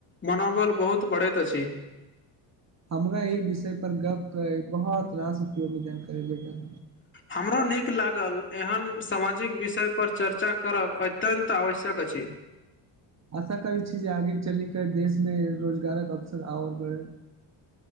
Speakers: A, on the left (about 25°); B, on the right (about 35°).
A: मनोबल बहुत बढ़ैत अछि।
B: हमरा एहि विषय पर गप्प करि बहुत रास उपयोगी जानकारी भेटल।
A: हमरो नीक लागल एहन सामाजिक विषयपर चर्चा करब अत्यन्त आवश्यक अछि।
B: आशा करैत छी जे आगे चलि कऽ देशमे रोजगारक अवसर आओर बढ़ै।